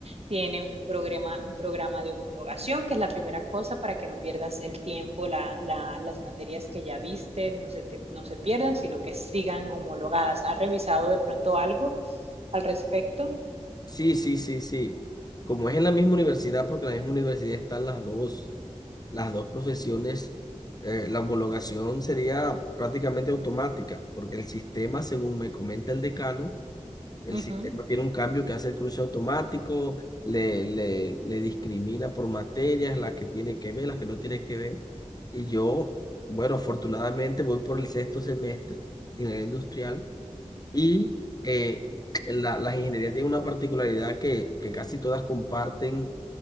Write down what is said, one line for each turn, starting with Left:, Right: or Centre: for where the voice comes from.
Right: tiene un programa, un programa de homologación, que es la primera cosa para que no pierdas el tiempo, la, la, las materias que ya viste, no se, te, no se pierdan, sino que sigan homologadas. ¿Has revisado de pronto algo al respecto?
Left: Sí, sí, sí, sí. Como es en la misma universidad, porque en la misma universidad están las dos, las dos profesiones, eh, la homologación sería prácticamente automática, porque el sistema, según me comenta el decano, El
Right: Uh
Left: sistema
Right: -huh.
Left: tiene un cambio que hace el cruce automático, le, le, le discrimina por materias, las que tiene que ver, las que no tiene que ver. Y yo, bueno, afortunadamente voy por el sexto semestre de ingeniería industrial y eh, la, las ingenierías tienen una particularidad que, que casi todas comparten